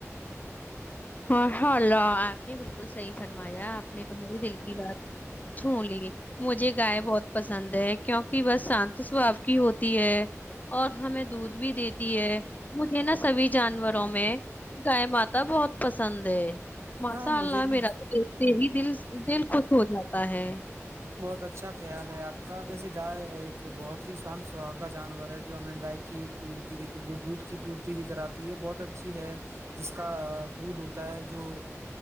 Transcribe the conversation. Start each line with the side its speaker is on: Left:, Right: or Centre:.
Left: ہاںشاء اللہ آپنی ب بالکل صحی فرمایا آپ نے تو مھے دل کی بات چھولی مجھے گائے بہت پسند ہے کیونکہ بس شانت سوبھاؤ کی ہوتی ہے اور ہمیں دودھ بھی دیتی ہے مجھے نا سبھی جانوروں میں گائے ماتا بہت پسند ہے ماشاء
Right: ہاں مجھے
Left: اللہ
Right: بھی
Left: میرا تو ایے ہی دل دل خوش ہو جگ تا ہے
Right: بت اچھا خیال ہے آپ کا ویسے گائے ایک بہت ہی شانت سوا کا جانور ہے جو ہمیں گائے کی پورتی بھی دودھ کی پورتی بھی کراتی ہے بہت اچھی ہے جس کا دودھ ہوتا ہے جو